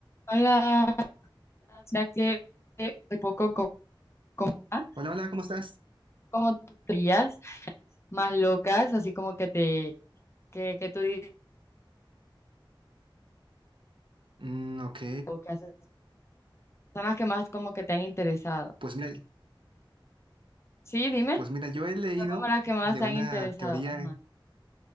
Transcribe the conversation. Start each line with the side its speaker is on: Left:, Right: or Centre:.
Left: Hola, ya que eh, un poco co- como, ah,
Right: Hola, hola, ¿cómo estás?
Left: como tus teorías más locas, así como que te, que, que tú dices,
Right: Mm, ok,
Left: o que haces, son las que más como que te han interesado.
Right: pues mira,
Left: Sí, dime,
Right: pues mira, yo he leído
Left: porque son como las que más
Right: de
Left: te
Right: una
Left: han interesado.
Right: teoría,
Left: Ajá.